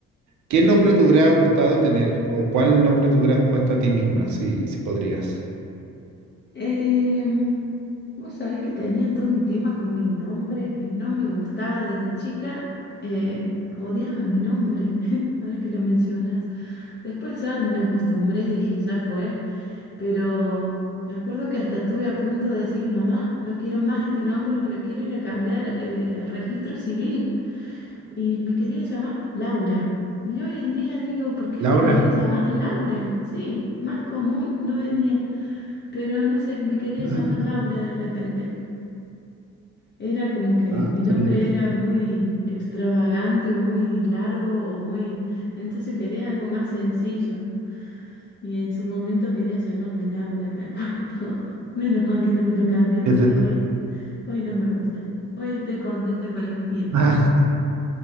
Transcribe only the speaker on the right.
¿qué nombre te hubiera gustado tener? ¿O cuál nombre te hubieras puesto a ti misma, si, si podrías?
Laura.
<laughs>
Ah,
está
bien.
¿Qué
te-
<laughs>